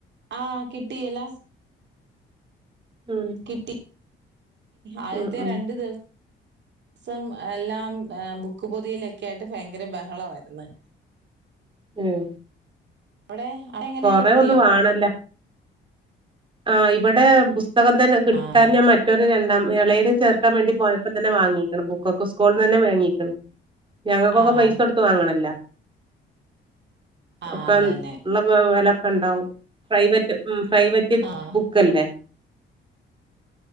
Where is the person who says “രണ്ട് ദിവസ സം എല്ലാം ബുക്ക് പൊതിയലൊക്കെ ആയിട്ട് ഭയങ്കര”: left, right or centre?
Right